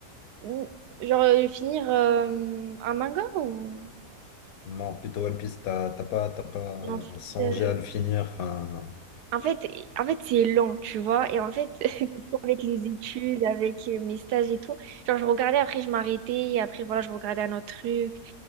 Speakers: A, on the right; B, on the left.
A: ou- genre euh, finir euh, un manga ou
B: Non, plutôt One Piece, t'as t'as pas, t'as pas
A: Et en fait,
B: songé
A: euh,
B: à le finir, enfin.
A: en fait, en fait, c'est lent, tu vois. Et en fait, <laughs> avec les études, avec euh, mes stages et tout, genre je regardais, après je m'arrêtais, et après voilà, je regardais un autre truc,